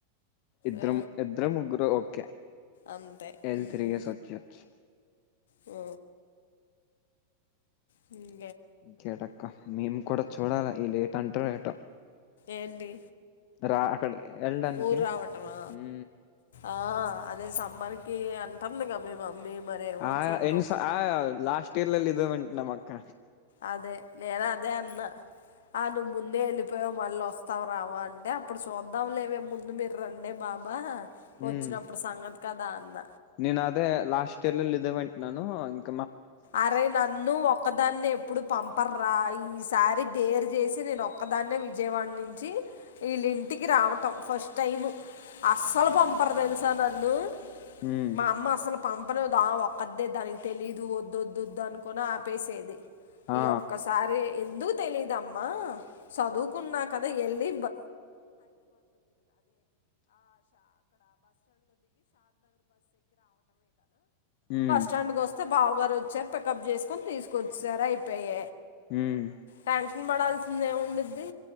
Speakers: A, on the left; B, on the left.
A: ఇద్ద్రం
B: ఆ
A: ఇద్దరు ముగ్గురు ఓకే
B: అంతే
A: ఎల్
B: ఉమ్
A: తిరిగి సొచ్చి వచ్చి
B: ఓ హ
A: కడక్క మేము కూడాడ చూడాలా ఈ లేట్ అంటారు ఏటో
B: ఏంటి
A: రా అక్కడ వెళ్ళడానికి
B: ఊరు రావటమా
A: హ
B: ఆ అదే సమ్మర్ కి అంటుంది కద మే మమ్మీ మరేమో
A: ఆ
B: చూద్దాం
A: ఎన్ ఆ లాస్ట్ పట్టిర్లల్ ఇదవ ఉంటు నమ్మక్క
B: అదే నేను అదే అన్న ఆ నువ్వు ముందే వెళ్ళిపోయావు మళ్ళీ వస్తావు రావా అంటే అప్పుడు చూద్దాం లేవే ముందు మీరు రండే బాబా వచ్చినప్పుడు
A: ఉమ్
B: సంగ కదా అన్న
A: నేను అదే లాస్ట్ ఇయర్ల్ ఇదేవంంట నను అంత
B: అరే నన్ను ఒక్కదాన్ని ఎప్పుడు పంపర్రా ఈసారి దేరు చేసి నేను ఒక్కదాన్న విజయవాడ నుంచి వీళ్ళ ఇంటికి రావట ఫస్ట్ టైం అసలు పంపరు తెలుసా నన్ను
A: ఉమ్
B: మా అమ్ అసలు పంపదా ఒకద్దే దా తెలీదు వ దొద్దుద్దు అనుకుని ఆపేసేది
A: ఆ
B: ఈ ఒక్కసారి ఎందుకు తెలీదుమ్మా చదువుకున్నా కదా వెళ్ళి
A: ఉమ్
B: ి అి క వచ్చారు పికప్ చేసుకొని తీసుకొచ్చు సారు అయిపోయ
A: ఉమ్
B: ట్యాషన్ మడ <unintelligible> ఉండుద్ది